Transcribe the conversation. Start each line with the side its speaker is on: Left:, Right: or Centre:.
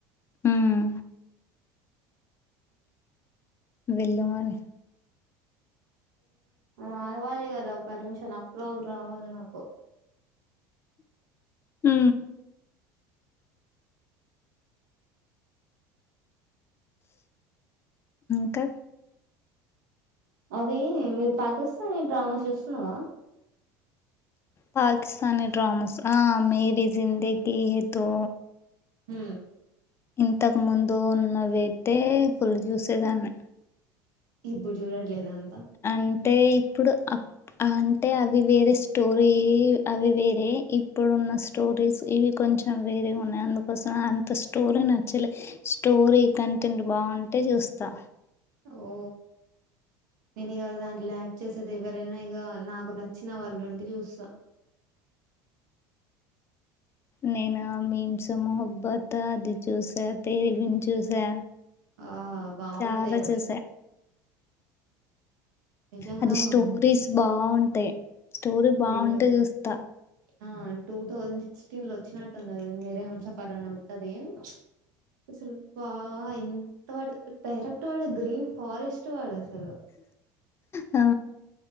Left: ఉమ్ వెళ్ళు మరి
Right: రావాలి కదా పర్మిషన్ అప్రూవల్ రావాలి నాకు
Left: అ ఇంకా
Right: అవి మీరు పాకిస్తాని డ్రామా చూస్తున్నావా
Left: పాకిస్తనీ డ్రామస్ మేరి జిందీతో
Right: హ
Left: ఇంతకు ముందు నవే అంటే ఫుల్ జ్యూసేదాన్ని
Right: ఇప్పుడు చూడట్లేదా అంతా
Left: అంటే ఇప్పుడు అంటే అవి వేరే స్టోరీ అవి వేరే ఇప్పుడున్న స్టోరీస్ ఇవి కొంచెం వేరే ఉన్నాయి అందుకోసం అంత స్టోరీ నచ్చలే స్టోరీ కంటెంట్ బాగుంటే చూస్తా
Right: ఓ నేను కదా దాంట్లో యాక్ చేసేది ఎవరైనా ఇక నాకు నచ్చిన వాళ్ళు ఉంటే చూస్తా
Left: నేను మీంస మహబ్బత్ అది చూసా తెలివిని చూసా
Right: ఆ బాగుంటాయి
Left: చాలా
Right: అవి
Left: చూసా
Right: నిజంగా
Left: అది
Right: బాగుంటాయి.
Left: స్టోరీస్ బాగుంటా ంత స్టోరీ బాగుంటే
Right: నిన్ను
Left: చూస్తా
Right: ఆ టూ థౌజండ్ సిక్స్టీన్ లో వచ్చినట్టుందిది మీరే హంసఫర్ అని ఉంటుది ఏం అసలు బాగా ఎంత వాడు డైరెక్ట్ వాడు గ్రీన్ ఫారెస్ట్ వాడు సలో
Left: ఆ